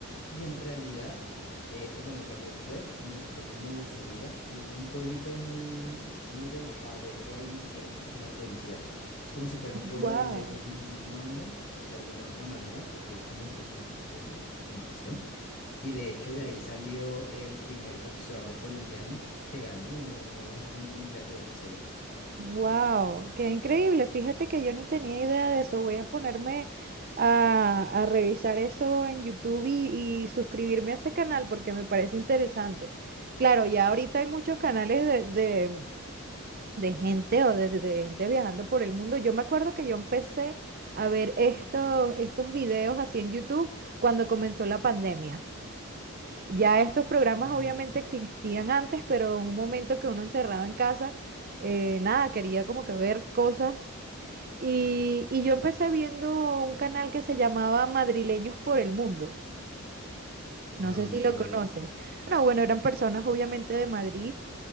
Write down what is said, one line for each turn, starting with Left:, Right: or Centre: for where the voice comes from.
Left: Y en realidad, eh, bueno, cuando él fue, mostró como su vida y es un pueblito muy, muy relajado. De hecho, ahí ni siquiera existe la policía. Es como si fuera un pueblo
Right: Wow,
Left: donde ellos mismos mandan de alguna otra manera, porque es como que su, su, su nación. Y de hecho, de ahí salió el primer boxeador colombiano que ganó un, un- un mundial de boxeo.
Right: wow, qué increíble. Fíjate que yo ni tenía idea de eso. Voy a ponerme a, a revisar eso en YouTube y, y suscribirme a ese canal porque me parece interesante. Claro, ya ahorita hay muchos canales de, de- de gente o de, de- de gente viajando por el mundo. Yo me acuerdo que yo empecé a ver estos, estos videos así en YouTube cuando comenzó la pandemia. Ya estos programas
Left: Mm,
Right: obviamente existían antes, pero en un momento que uno encerrado en casa, eh, nada, quería como que ver cosas. Y, y yo empecé viendo un canal que se llamaba Madrileños por el Mundo.
Left: No,
Right: No sé
Left: nunca
Right: si lo
Left: lo
Right: conoces.
Left: vi.
Right: No, bueno, eran personas obviamente de Madrid